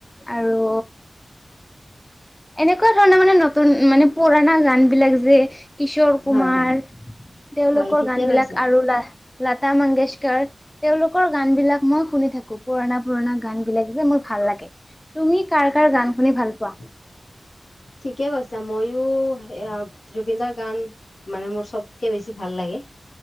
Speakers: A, on the left (about 15°); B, on the left (about 75°).
A: আৰু এনেকুৱা ধৰণৰ মানে নতুন মানে পুৰাণা গান বিলাক যে কিশোৰ কুমাৰ
B: হয় হয়
A: তেওঁলোকৰ
B: হয় ঠিকে
A: গান বিলাক
B: কৈছা।
A: আৰু লা-লতা মংগেশকাৰ। তেওঁলোকৰ গান বিলাক মই শুনি থাকো, পুৰণা পুৰণা গান বিলাক যে মোৰ ভাল লাগে। তুমি কাৰ কাৰ গান শুনি ভাল পোৱা?
B: <inaudible> ঠিকে কৈছা। মইও এয়া জুবিন দাৰ গান মানে মোৰ চবকে বেছি ভাল লাগে।